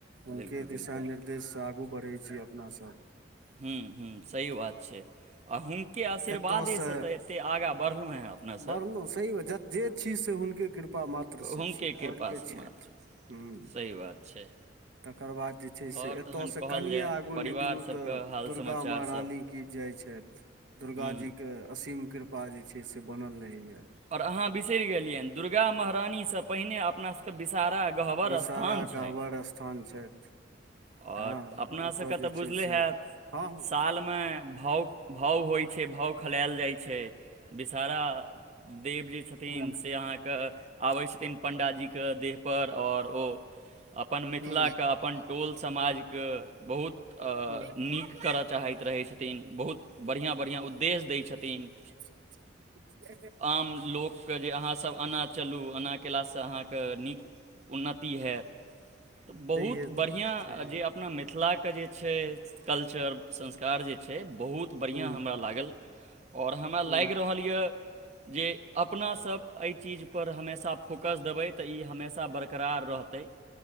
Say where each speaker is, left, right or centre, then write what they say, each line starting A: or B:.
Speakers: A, on the right; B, on the right.
A: हुनके
B: बिल्कुल
A: दिशा
B: बिल्कुल
A: निर्देशसँ आगू बढ़ैत छी अपनासभ
B: हूँ हूँ सही बात छै आ हुनके आशीर्वादेसँ
A: एतय से
B: तऽ एतेक आगाँ बढ़लहुँ हेँ अपनासभ
A: बढ़लहुँ जे छी से हुनके कृपा पा मात्र से
B: हुनके
A: छी
B: कृपासँ
A: आओर के छथि
B: मात्र
A: हूँ
B: सही बात छै
A: एकर बाद जे छै से
B: आओर
A: एतए
B: तखन
A: से
B: कहल
A: कनिये
B: जाय
A: आगू
B: परिवार
A: निकलु
B: सभके
A: तऽ
B: हाल
A: दुर्गा
B: समाचार
A: महारानी
B: सभ
A: की जय छै दुर्गा
B: हूँ
A: जी के असीम कृपा जे छै से बनल रहेया
B: आओर अहाँ बिसरि गेलियनि दुर्गा महरानीसँ पहिने अपना सभके बि सारा गहबर
A: विषहारा
B: स्थान छै
A: गहवर स्थान छथि
B: आओर
A: हँ
B: अपनासभके
A: ओतय जे
B: तऽ बुझले
A: छै से
B: हैत
A: हँ हँ
B: सालमे भाउ भाव होइ छै भाव खेलाएल जाइ छै विषारा देव जे छथिन
A: हूँ
B: से अहाँके आबै छथिन पण्डाजी के देह पर आओर ओ अपन मिथिलाके
A: हूँ
B: अपन टोल समाज के बहुत
A: हूँ
B: नीक करय चाहैत रहै छथिन बहुत बढ़ियां बढ़ियां उद्देश्य दै छथिन
A: ह <inaudible>
B: हम लोक के जे अहा सब एना चलू एना कएलासँ अहाँके नीक उन्नति हैत बहुत
A: छैहे
B: बढियां
A: तऽ छैहे
B: जे अपना मिथिलाके जे छै कल्चर संस्कार जे छै बहुत बढियां
A: हूँ
B: हमरा लागल आओर हमरा लागि
A: हूँ
B: रहल यऽ जे अपना सब एहि चीजपर हमेशा फोकस देबै तऽ ई हमेशा बरकरार रहतै ह